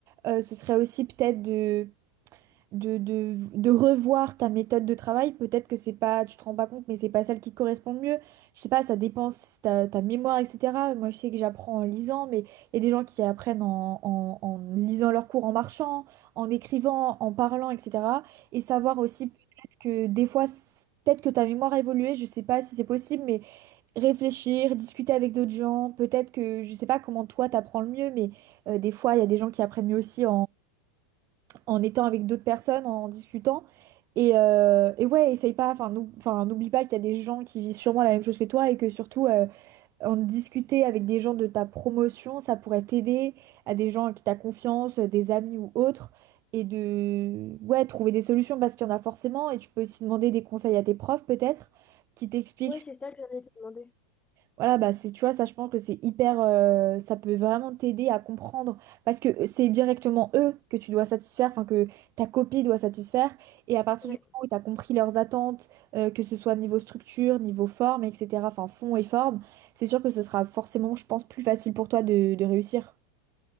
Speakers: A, on the right; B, on the left.
A: Euh, ce serait aussi peut-être de de, de, de revoir ta méthode de travail. Peut-être que c'est pas, tu te rends pas compte, mais c'est pas celle qui te correspond le mieux. Je sais pas, ça dépend si ta, ta mémoire, etc. Moi, je sais que j'apprends en lisant, mais il y a des gens qui apprennent en, en, en lisant leurs cours, en marchant, en écrivant, en parlant, etc. Et savoir aussi peut-être que des fois, c- peut-être que ta mémoire a évolué, je sais pas si c'est possible, mais réfléchir, discuter avec d'autres gens, peut-être que, je sais pas comment toi t'apprends le mieux, mais euh, des fois, il y a des gens qui apprennent mieux aussi en étant avec d'autres personnes, en discutant. Et, euh, et ouais, essaye pas, enfin, nou- enfin, n'oublie pas qu'il y a des gens qui vivent sûrement la même chose que toi et que surtout, euh, en discuter avec des gens de ta promotion, ça pourrait t'aider, à des gens à qui t'as confiance, des amis ou autres, et de, ouais, trouver des solutions parce qu'il y en a forcément et tu peux aussi demander des conseils à tes profs peut-être, qui t'expliquent
B: Ouais, c'est ça que j'allais te demander.
A: voilà, bah c'est, tu vois, ça, je pense que c'est hyper, euh, ça peut vraiment t'aider à comprendre parce que euh, c'est directement eux que tu dois satisfaire, enfin que ta copie doit satisfaire. Et à partir
B: Ouais.
A: du moment où tu as compris leurs attentes, euh, que ce soit niveau structure, niveau forme, etc., enfin fond et forme, c'est sûr que ce sera forcément, je pense, plus facile pour toi de de réussir.